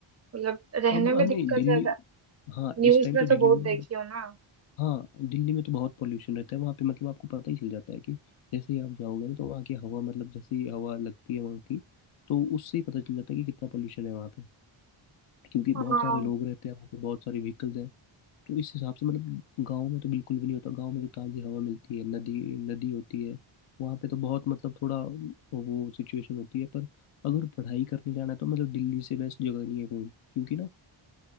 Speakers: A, on the right (about 35°); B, on the left (about 85°).
A: मतलब रहने
B: अब
A: में
B: हाँ, नहीं
A: दिक्कत
B: दिल्ली
A: ज्यादा
B: हाँ
A: न्यूज
B: इस टाइम
A: में
B: तो
A: तो
B: दिल्ली
A: बहुत
B: में
A: देखी हो ना
B: हाँ दिल्ली में तो बहुत पोल्यूशन रहता है वहाँ पे मतलब आपको पता ही चल जाता है कि जैसे ही आप जाओगे ना तो वहाँ की हवा मतलब जैसी हवा लगती है वहाँ की तो उससे ही पता चल जाता है कि कितना पोल्यूशन है वहाँ पे क्योंकि
A: हाँ
B: बहुत सारे लोग रहते हैं वहाँ पे बहुत सारे व्हीकल्स हैं तो इस हिसाब से मतलब गांव में तो बिल्कुल भी नहीं होता गांव में तो ताज़ी हवा मिलती है नदी नदी होती है वहाँ पे तो बहुत मतलब थोड़ा वो सिचुएशन होती है पर अगर पढ़ाई करने जाना है तो मतलब दिल्ली से बेस्ट जगह नहीं है कहीं क्योंकि ना